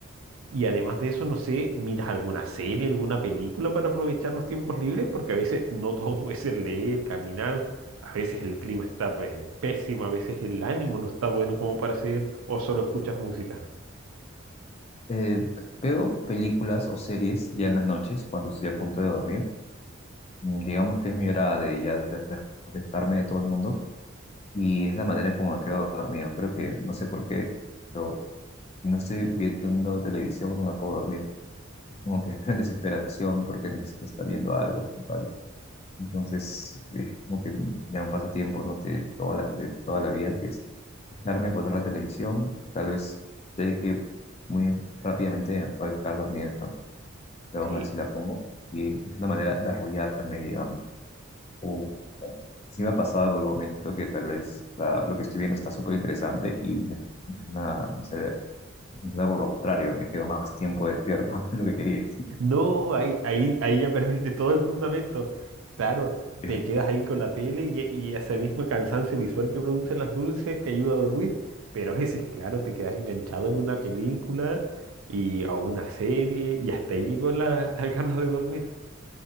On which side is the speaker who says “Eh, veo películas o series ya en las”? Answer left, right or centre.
Left